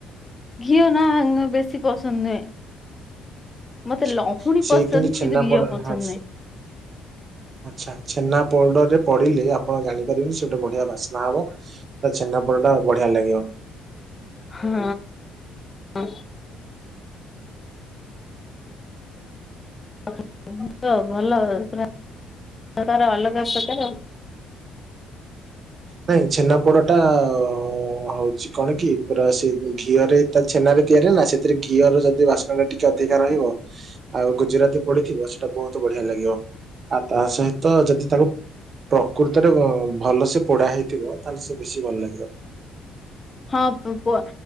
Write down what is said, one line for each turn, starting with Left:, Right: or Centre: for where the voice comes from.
Left: ଘିଅ ନାଁ ଆ ବେଶୀ ପସନ୍ଦ ନୁହେଁ।
Right: ଆଚ୍ଛା
Left: ମତେ ଲହୁଣୀ
Right: ସେ
Left: ପସନ୍ଦ
Right: ଛେନାପୋଡ
Left: କିନ୍ତୁ ଘିଅ ପସନ୍ଦ
Right: ହଁ,
Left: ନୁହେଁ।
Right: ସେ- ଆଚ୍ଛା ଛେନାପୋଡ଼ରେ ପଡ଼ିଲେ ଆପଣ ଜାଣିପାରିବେନି ସିଏ ଓଟେ ବଢ଼ିଆ ବାସ୍ ନା ହବ ତ ଛେନାପୋଡ଼ଟା ବଢ଼ିଆ ଲାଗିବ।
Left: ହଁ ଅଁ। <inaudible> ଭଲ ପୁରା ପ୍ରକାର ଅଲଗା ପ୍ରକାର।
Right: ନାଇଁ ଛେନାପୋଡ଼ଟା ଅ ଓ ହଉଚି କଣ କି ପୁରା ସେ ଗୋଉ ଘିଅରେ ତା ଛେନାରେ ତିଆରି ହେଲା ସେଥିରେ ଘିଅର ଯଦି ବାସ୍ ଆଳା ଟିକେ ଅଧିକା ରହିବ। ଆଉ ଗୁଜୁରାତି ପଡ଼ିଥିବ ସେଟା ବୋହୁତ ବଢ଼ିଆ ଲାଗିବ ଆଉ ତା ସହିତ ଯଦି ତାକୁ ପ୍ରକୃତରେ ବ ଭଲସ ପୋଡ଼ା ହେଇଥିବ ତାହେଲେ ସେ ବେଶୀ ଭଲ ଲାଗିବ।
Left: ହଁ ପୁ ପୁଅ